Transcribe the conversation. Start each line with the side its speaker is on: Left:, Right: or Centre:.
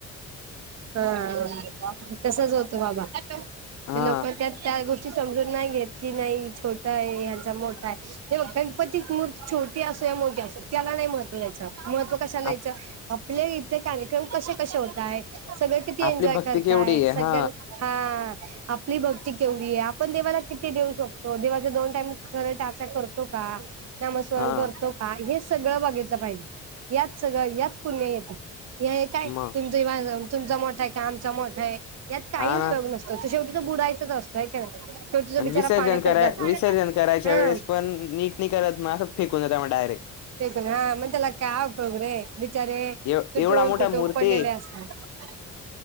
Right: हा तसच होत बाबा. ते
Left: हा
Right: लोक त्यात त्या गोष्टी समजून नाही घेत की नाही छोटा आहे यांचा मोठा आहे. हे बघ, गणपतीत मूर्ती छोटी असो या मोठी असो त्याला नाही मह त्व, महत्व कशा द्यायच
Left: आप
Right: आपले इथे कार्यक्रम कसे कसे होताय. सगळे किती एन्जॉय
Left: आपली भक्ती
Right: करताय.
Left: केवढी आहे
Right: सगळ्या
Left: हा
Right: हा आपली भक्ती केवढी आहे. आपण देवाला किती देऊ शकतो. देवाच्या दोन टाईम खरच आरत्या करतो का. नामस्मरण
Left: हा
Right: करतो का. हे सगळ बघितल पाहिजे. यात सगळ यात पुण्य येत. हे काय
Left: मग
Right: तुमच माझ तुमचा मोठा आहे का आमचा मोठा आहे. यात काही
Left: हा
Right: उपयोग
Left: ना
Right: नसतो. शेवटी तर बुडायचच असतय हय कि नाही. शेवटी तो
Left: आणि
Right: बिचारा
Left: विसर्जन
Right: पाण्यातच
Left: कराय,
Right: जातो
Left: विसर्जन करायच्या
Right: हा
Left: वेळेस पण नीट न करत मग अस फेकून देता मग डायरेक्ट.
Right: <unintelligible> बिचारे
Left: एव
Right: तुटून
Left: एवढा मोठा
Right: फुटून
Left: मूर्ती
Right: पडलेले असतात.